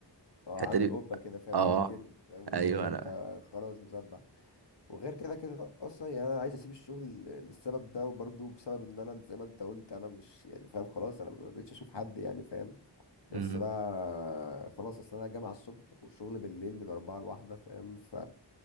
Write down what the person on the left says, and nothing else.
اه
عامل
قبه كده فاهم
عامل كيرف فاهم
اللي هو إيه، انت
خلاص مصدع وغير كده كده اصلا يعني انا عايز اسيب الشغل للسبب ده وبرضه بسبب ان انا زي ما انت قلت انا مش يعني فاهم خلاص انا ما بقتش اشوف حد يعني فاهم
نفسي بقى خلاص اصل انا الجامعه الصبح والشغل بالليل من أربعة لواحدة فاهم ف